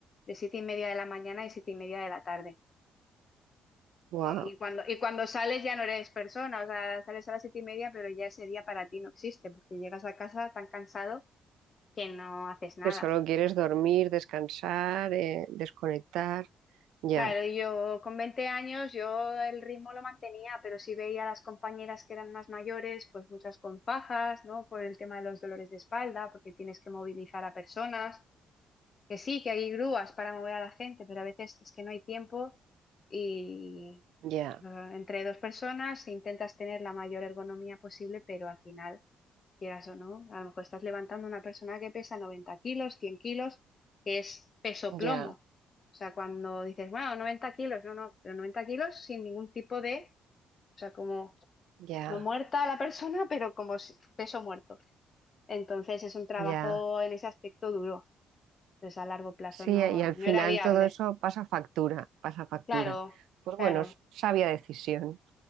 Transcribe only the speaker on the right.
Wow,
que solo quieres dormir, descansar, eh, desconectar. Ya,
ya,
ya,
ya,
ya.
Sí,
y al
final
todo eso pasa factura, pasa factura.
Pues
bueno, es sabia decisión.